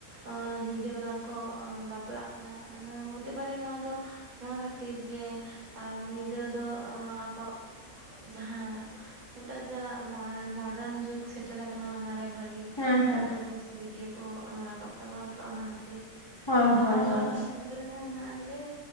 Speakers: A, on the right; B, on the left.
A: ᱚᱸ ᱧᱤᱫᱟᱹ ᱵᱮᱞᱟ ᱠᱚ ᱟᱸ ᱵᱟᱯᱞᱟᱜ <unintelligible> ᱱᱚᱣᱟ ᱛᱮᱵᱟᱨᱮ ᱱᱚᱣᱟ ᱫᱚ ᱱᱚᱣᱟ ᱠᱷᱟᱹᱛᱤᱨ ᱡᱮ ᱟ ᱧᱤᱫᱟᱹ ᱫᱚ‌ ᱚᱸᱻ ᱟᱠᱚᱣᱟᱜ ᱡᱟᱦᱟᱸ ᱱᱤᱛᱟᱜ ᱡᱟ ᱢᱚᱰᱟᱨᱱ ᱡᱩᱜᱽ ᱥᱮᱴᱮᱨ ᱠᱟᱱᱟ ᱚᱱᱟᱨᱮ ᱵᱷᱟᱜᱮ
B: ᱦᱮᱸ ᱦᱮᱸ
A: ᱯᱷᱳᱴᱳ ᱠᱚ ᱥᱮ ᱵᱷᱤᱰᱤᱭᱳ ᱠᱚ ᱨᱟᱠᱟᱵ ᱛᱟᱠᱚᱣᱟ ᱛᱚ ᱚᱱᱟ ᱠᱷᱟᱹᱛᱤᱨ
B: ᱦᱳᱭ ᱦᱳᱭ
A: ᱟᱫᱚ
B: ᱦᱳᱭ
A: ᱟᱵᱚᱣᱟᱜ ᱥᱟᱶᱛᱟ ᱨᱮᱢᱟ ᱢᱮᱱᱟᱜᱼᱟ ᱡᱮ